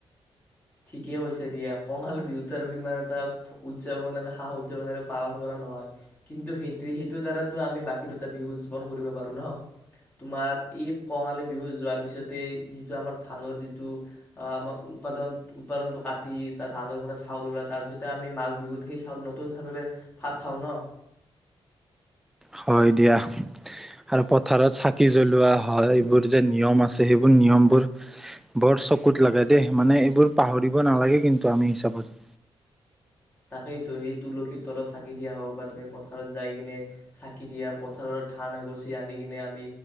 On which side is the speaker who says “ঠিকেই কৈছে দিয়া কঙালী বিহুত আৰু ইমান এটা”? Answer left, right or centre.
Left